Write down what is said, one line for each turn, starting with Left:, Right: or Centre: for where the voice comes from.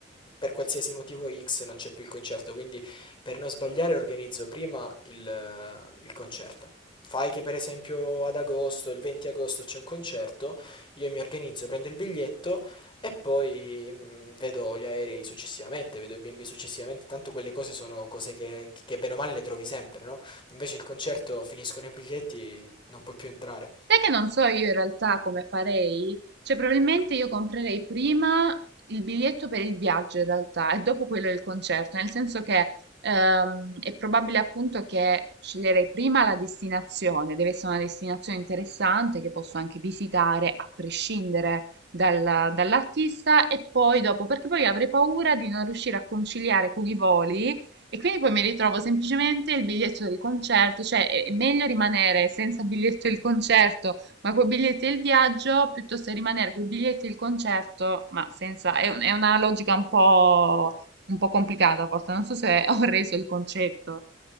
Left: per qualsiasi motivo X non c'è più il concerto, quindi per non sbagliare organizzo prima il, il concerto. Fai che per esempio ad agosto, il 20 agosto c'è un concerto, io mi organizzo, prendo il biglietto, e poi mh, vedo gli aerei successivamente, vedo i B&B successivamente, tanto quelle cose sono cose che, che bene o male le trovi sempre, no? Invece il concerto finiscono i biglietti, non puoi più entrare.
Right: Sai che non so io in realtà come farei? Cioè, probabilmente io comprerei prima il biglietto per il viaggio in realtà e dopo quello del concerto, nel senso che ehm, è probabile appunto che sceglierei prima la destinazione, deve essere una destinazione interessante che posso anche visitare a prescindere dal- dall'artista e poi dopo, perché poi avrei paura di non riuscire a conciliare con i voli e quindi poi mi ritrovo semplicemente il biglietto del concerto, cioè è è meglio rimanere senza biglietto del concerto, ma con biglietti del viaggio, piuttosto che rimanere con i biglietti del concerto, ma senza... È, un- è una logica un po', un po' complicata, forse, non so se <laughs> ho reso il concetto.